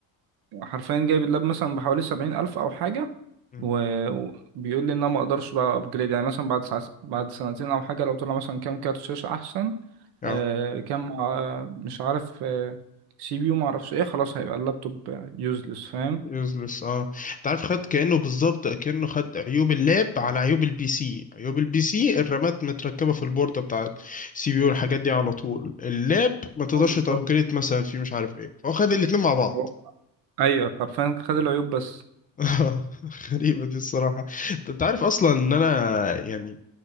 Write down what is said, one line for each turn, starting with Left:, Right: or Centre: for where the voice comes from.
Right: حرفيا جايب اللاب مثلا بحوالي سبعين الف او حاجه
Left: امم.
Right: و- وبيقول لي ان انا ما اقدرش بقى ابجريد يعني مثلا بعد ساعة بعد سنتين او حاجه لو طلع مثلا كام كارت شاشه احسن
Left: اه
Right: آه كام آه مش عارف آه سي بي يو ما اعرفش ايه خلاص هيبقى اللابتوب يوزلس فاهم
Left: يوزلس اه انت عارف خد كأنه بالظبط كأنه خد عيوب اللاب على عيوب البي سي عيوب البي سي الرامات متركبة في البوردة بتاع السي بي يو والحاجات دي على طول اللاب ما تقدرش
Right: هو بالظبط
Left: تأبجريد مثلا فيه مش عارف ايه فهو خد الاتنين مع بعض
Right: هو- ايوه حرفيا خد العيوب بس
Left: <laughs> غريبة دي الصراحة انت أنت عارف اصلا ان انا يعني